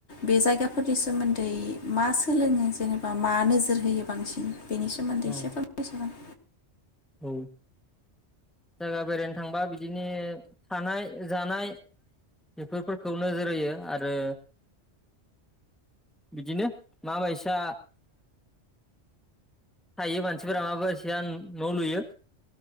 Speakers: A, on the left (about 70°); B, in the centre.
A: बे जायगाफोरनि सोमोन्दै मा सोलोङो जेनेबा मा नोजोर होयो बांसिन? बेनि सोमोन्दै
B: आरो
A: एसे फोरमाय जागोन।
B: औ जायगा बेरायनो थांबा बिदिनो थानाय जानाय बेफोरफोरखौ नोजोर होयो आरो बिदिनो माबायसा थायो मानसिफोरा माबायसा न' लुयो